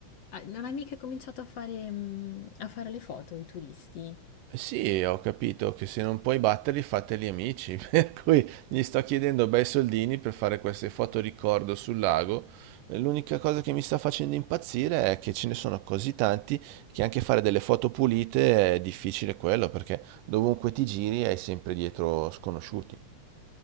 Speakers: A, on the left; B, on the right.
A: ah, non hai mica cominciato a fare, mm, a fare le foto ai turisti?
B: Sì, ho capito che se non puoi batterli, fateli amici. <laughs> Per cui gli sto chiedendo bei soldini per fare queste foto ricordo sul lago. L'unica cosa che mi sta facendo impazzire è che ce ne sono così tanti che anche fare delle foto pulite è difficile quello, perché dovunque ti giri hai sempre dietro sconosciuti.